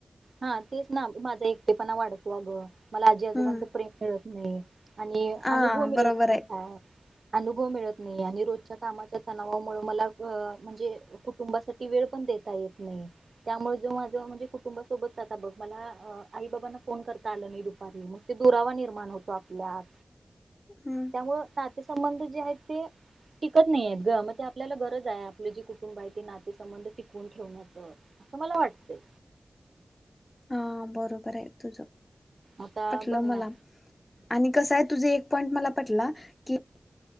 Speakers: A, on the right (about 70°); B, on the left (about 30°).
A: हा तेच ना माझा एकटेपणा वाढतो अगं. मला आजीजोबांचं
B: हम्म
A: प्रेम मिळत हम आणि
B: हा
A: अनुभव मिळत
B: बरोबर आहे
A: नाही काय अनुभव मिळत नाही आणि रोजच्या कामाच्या तणावामुळे मला अ म्हणजे कुटुंबासाठी वेळ पण देता येत नाही त्यामुळे ज माझ म्हणजे कुटुंबा सोबत जता बघ मला आई बाबांना फोन करता आलं नाही दुपारी मग ते दुरावा निर्माण होतो आपल्यात.
B: हम्म
A: त्यामुळं ते संबंध जे आहेत ते टिकत नाही आहेत ग मग ते आपल्याला गरज आहे आपले जे कुटुंब आहे ते नाते संबंध टिकवून ठेवण्याच असं मला वाटतंय.
B: हा बरोबर आहे तुझं.
A: आता
B: पटलं
A: बघ ना
B: मला आणि कसं हाय तुझे एक पॉईंट मला पटला की